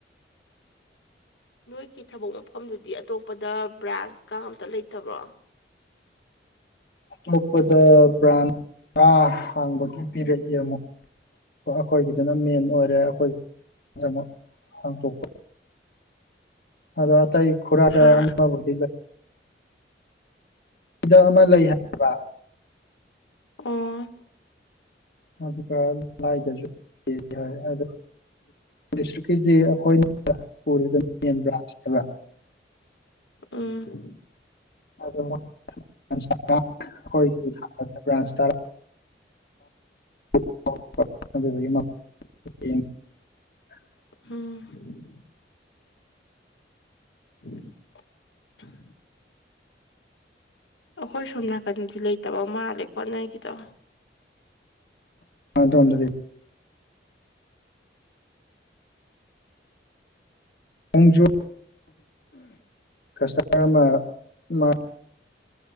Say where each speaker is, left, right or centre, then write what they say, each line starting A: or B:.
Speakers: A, on the left; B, on the left.
A: ꯅꯣꯏꯒꯤ ꯊꯕꯛ ꯃꯐꯝꯗꯨꯗꯤ ꯑꯇꯣꯞꯄꯗ ꯕ꯭ꯔꯥꯟꯁꯀ ꯑꯝꯇ ꯂꯩꯇꯕ꯭ꯔꯣ
B: ꯑꯇꯣꯞꯄꯗ ꯕ꯭ꯔꯥꯟ ꯇꯔ ꯍꯥꯡꯕꯒꯤ ꯄꯤꯔꯛꯏ ꯑꯃꯨꯛ ꯑꯩꯈꯣꯏꯒꯤꯗꯨꯅ ꯃꯦꯟ ꯑꯣꯏꯔꯦ ꯑꯩꯈꯣꯏꯒꯤꯗꯃꯛ ꯍꯥꯡꯇꯣꯛꯄ ꯑꯗꯣ ꯑꯇꯩ ꯈꯣꯔꯥꯗ
A: ꯍꯥ
B: ꯑꯃꯕꯨꯗꯤ ꯂꯩ ꯁꯤꯗ ꯑꯃ ꯂꯩ ꯍꯥꯏꯕ
A: ꯑꯣ
B: ꯑꯗꯨꯒ ꯂꯥꯏꯗꯁꯨ ꯂꯩꯌꯦꯗꯤ ꯍꯥꯏ ꯑꯗꯣ ꯗꯤꯁꯇ꯭ꯔꯤꯛꯀꯤꯗꯤ ꯑꯩꯈꯣꯏꯅ ꯄꯨꯔꯒ ꯃꯦꯟ ꯕ꯭ꯔꯥꯟꯁ ꯍꯥꯏꯕ
A: ꯎꯝ
B: <unintelligible> <unintelligible>
A: ꯎꯝ <inaudible> ꯑꯩꯈꯣꯏ ꯁꯣꯝ ꯅꯥꯀꯟꯗꯤ ꯂꯩꯇꯕ ꯃꯥꯜꯂꯦ ꯈꯣꯠꯅꯒꯤꯗꯣ
B: ꯗꯣꯝꯗꯗꯤ ꯃꯣꯡꯖꯨ ꯀꯁꯇꯃꯔ ꯑꯃ